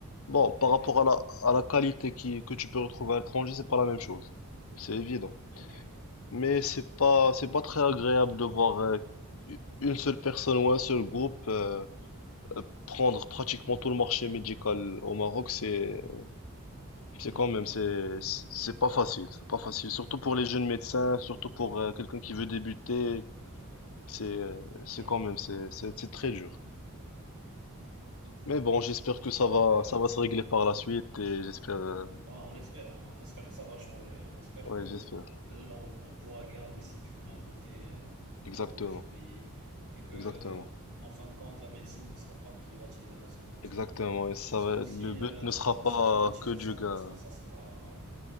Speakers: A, on the left; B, on the right.
A: bon, par
B: Élevé.
A: rapport à la,
B: Hmm.
A: à la qualité qui, que tu peux retrouver à l'étranger, c'est pas la même chose. C'est évident.
B: Ok,
A: Mais
B: ouais, bien
A: c'est
B: sûr.
A: pas, c'est pas très agréable de voir euh, une seule personne ou un seul groupe, euh, euh, prendre pratiquement tout le marché médical au Maroc, c'est c'est
B: Hmm.
A: quand même c'est c'est pas facile, c'est pas facile, surtout pour les jeunes médecins, surtout pour euh, quelqu'un qui veut débuter, c'est euh, c'est
B: Ouais.
A: quand même c'est c'est c'est très dur. Mais bon, j'espère que ça va
B: Euh,
A: ça
B: ouais,
A: va se régler par la suite et j'espère euh,
B: on espère, hein. On espère que ça va changer. hein. On espère
A: ouais,
B: que
A: j'espère.
B: là, on, on pourra garder cette humanité euh,
A: Exactement.
B: dans notre pays et que,
A: Exactement.
B: euh, en fin de compte, la médecine ne sera pas privatisée à 100%.
A: Exactement et ça
B: Parce
A: va-
B: que si
A: le but
B: euh,
A: ne
B: ça
A: sera pas
B: se privatise
A: que du
B: à 100%,
A: gain.
B: ça sera, ouais,